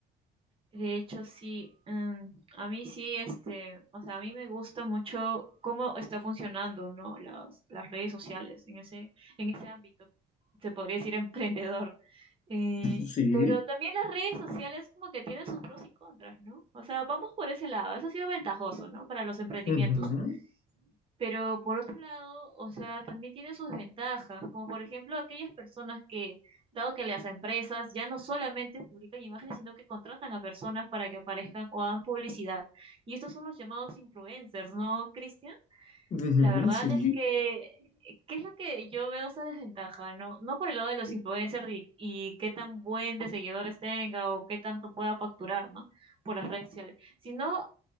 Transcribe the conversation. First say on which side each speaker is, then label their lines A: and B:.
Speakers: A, on the right; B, on the left.
A: De hecho, sí, em, a mí sí, este, o sea, a mí me gusta mucho cómo está funcionando, ¿no? Las, las redes sociales en ese, en ese ámbito, se podría decir <laughs> emprendedor. Eh,
B: Sí.
A: pero también las redes sociales como que tienen sus pros y contras, ¿no? O sea, vamos por ese lado. Eso ha sido ventajoso, ¿no? Para los emprendimientos.
B: Ujú,
A: Pero por otro lado, o sea, también tiene sus ventajas, como por ejemplo aquellas personas que, dado que las empresas ya no solamente publican imágenes, sino que contratan a personas para que aparezcan o hagan publicidad. Y estos son los llamados influencers, ¿no, Cristian?
B: ujú,
A: La verdad
B: sí.
A: es que, ¿qué es lo que yo veo esa desventaja? No, no por el lado de los influencers y, y qué tan buen de seguidores tenga o qué tanto pueda facturar, ¿no? Por las redes sociales, sino